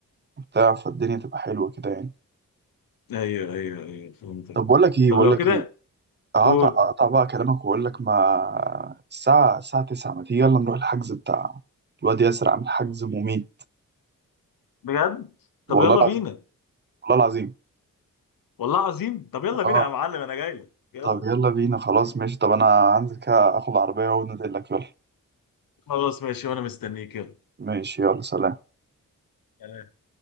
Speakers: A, on the right; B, on the left.
A: وبتاع فالدنيا تبقى حلوة كده يعني
B: ايوه ايوه ايوه فهمتك
A: طب بقول لك إيه
B: طب
A: بقول
B: لو
A: لك
B: كده
A: إيه؟ اه
B: قول
A: ط- اقطع بقى كلامك واقول لك ما الساعة الساعة 9 ما تيجي يلا نروح الحجز بتاع الواد ياسر عامل حجز مميت
B: بجد طب
A: والله
B: يلا
A: العظيم
B: بينا
A: والله العظيم
B: والله عظيم طب يلا بينا
A: اه
B: يا معلم انا جاي لك يلا
A: طب يلا بينا خلاص ماشي طب انا هنزل كده اخد عربية ونزل لك يلا
B: خلاص ماشي وانا مستنيك يلا
A: ماشي يلا سلام
B: سلام.